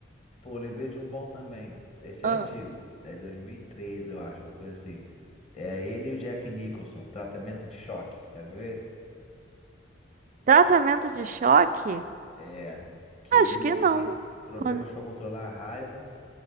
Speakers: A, on the left; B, on the right.
A: Pô, lembrei de um bom também. Esse
B: Ah.
A: é antigo. É de 2013, eu acho, uma coisa assim. É ele e o Jack Nicholson, tratamento de choque. Já viu esse?
B: Tratamento de choque?
A: É. Que ele
B: Acho que não.
A: tem problemas
B: Con-
A: para controlar a raiva